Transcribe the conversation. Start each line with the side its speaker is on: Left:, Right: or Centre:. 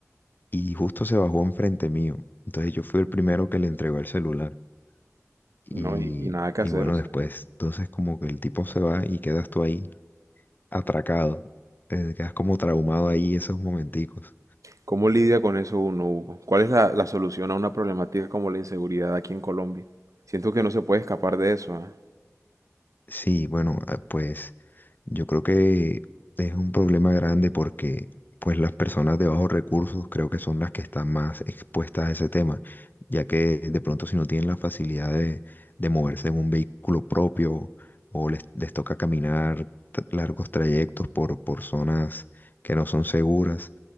Left: y justo se bajó enfrente mío. Entonces yo fui el primero que le entregó el celular. Y,
Right: ¿no? Y, y nada que
Left: y
Right: hacer,
Left: bueno,
Right: o sea.
Left: después, entonces como que el tipo se va y quedas tú ahí atracado. Te quedas como traumado ahí esos momenticos.
Right: ¿Cómo lidia con eso uno, Hugo? ¿Cuál es la, la solución a una problemática como la inseguridad aquí en Colombia? Siento que no se puede escapar de eso, ¿ah?
Left: Sí, bueno, ah, pues yo creo que es un problema grande porque pues las personas de bajos recursos creo que son las que están más expuestas a ese tema, ya que de pronto si no tienen la facilidad de, de moverse en un vehículo propio o les, les toca caminar t- largos trayectos por, por zonas que no son seguras,